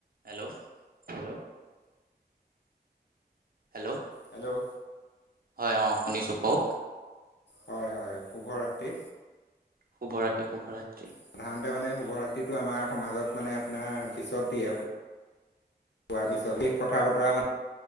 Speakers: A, on the right (about 55°); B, on the left (about 80°).
A: Hello hello hello
B: hello
A: হয় অঁ শুনিছোঁ কওক
B: হয় হয় শুভ ৰাতি্ৰি
A: শুভৰাত্ৰি শুভৰাত্ৰি
B: সাধাৰণতে মানে শুভৰাত্ৰিটো আমাৰ সমাজত মানে আপোনাৰ পিছত হোৱাৰ পিছত শে কথা বতৰা মানে